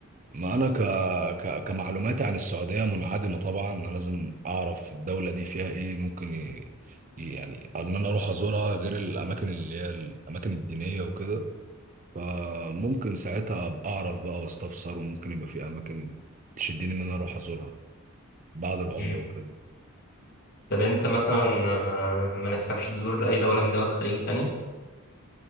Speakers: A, on the right; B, on the left.
A: ما انا ك... ك... كمعلوماتي عن السعوديه منعدمه طبعا انا لازم اعرف الدوله دي فيها ايه ممكن ي... ي- يعني ان انا اروح ازورها غير الاماكن اللي هي الاماكن الدينيه وكده فممكن ساعتها ابقى اعرف بقى واستفسر وممكن يبقى في اماكن تشدني ان انا اروح ازورها بعد العمره
B: مم.
A: وكده
B: طب انت مثلا آه، ما نفسكش تزور أي دولة من دول الخليج التانية